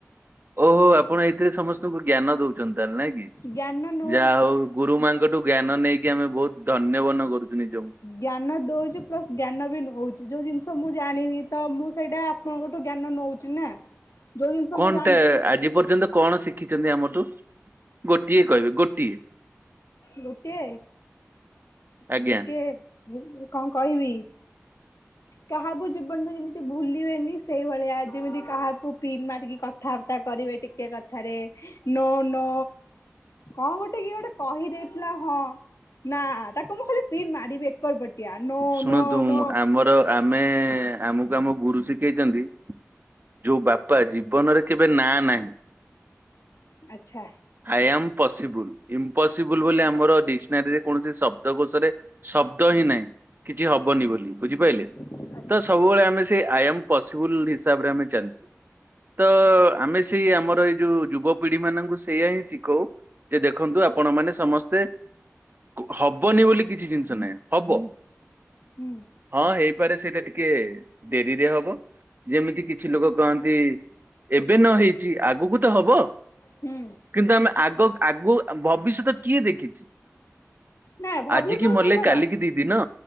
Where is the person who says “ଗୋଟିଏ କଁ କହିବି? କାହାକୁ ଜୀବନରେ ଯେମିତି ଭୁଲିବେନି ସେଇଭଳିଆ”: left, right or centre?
Left